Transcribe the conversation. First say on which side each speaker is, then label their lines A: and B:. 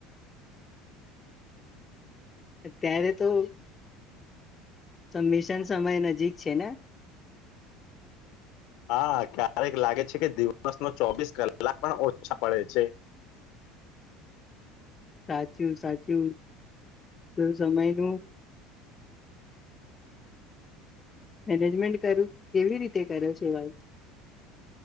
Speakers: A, on the left; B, on the left.
A: અત્યારે તો સમમિશન સમય નજીક છે ને?
B: હા ક્યારેક લાગે છે કે દિવસનો ચોવીસ કલાક પણ ઓછા પડે છે.
A: સાચું સાચું તો સમય નું? મેનેજમેન્ટ કરું કેવી રીતે? તે કર્યો છે ભાઈ.